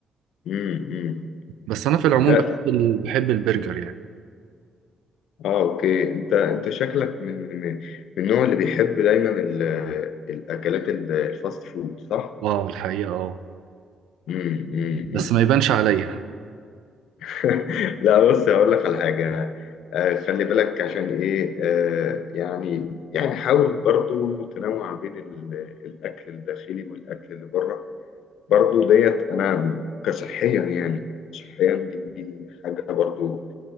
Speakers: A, on the left (about 80°); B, on the right (about 85°).
A: مم. مم.
B: بس أنا في العموم
A: ده
B: بحب ال- بحب البرجر يعني
A: آه أوكي أنت أنت شكلك من من من النوع اللي بيحب دايما ال- الأكلات ال- الفاست فود صح؟
B: اه الحقيقة اه
A: مم. مم. مم.
B: بس ما يبانش عليا
A: <laughs> لا بص هقول لك على حاجة آه، خلي بالك عشان إيه آه، يعني يعني حاول برضو تنوع بين ال- الأكل الداخلي والأكل اللي بره برضو ديت انا كصحيا يعني يعني صحيا دي دي حاجه برضو